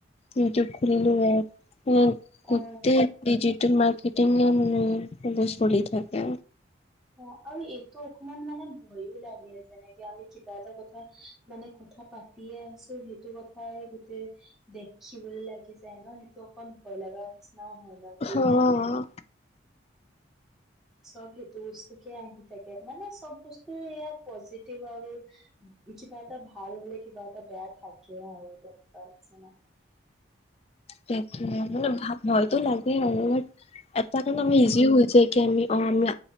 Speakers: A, on the left; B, in the centre.
A: ইউটিউব খুলিলেও এড উম গোটেই
B: অ',
A: ডিজিটেল মাৰ্কেট টিঙে মানে এইবোৰ চলি থাকে
B: অ আৰু এইটো অকমান মানে ভয়ো লাগে যেনেকে আমি কিবা এটা কথা মানে কথা পা পাতিয়ে আছো সেইটো কথাই গোটেই দেখিবলৈ লাগি যায় ন! সেইটো অকন ভয় লগা নিচি ন হয় ন কি?
A: অ'।
B: চব সেইটো বস্তুকে আহি থাকে মানে চব বস্তুৱে এয়া পজিটিভ আৰু কিবা এটা ভাল হলে কিবা এটা বেয়া থাকে আৰু তেনেকুৱা নিচিনা। <unintelligible>
A: সেইটোৱে মানে ভা ভয়তো লাগেয়ে আৰু বাট এটা কাৰণে
B: উম।
A: আমাৰ ইজি হৈ যায় কি আমি অ আমি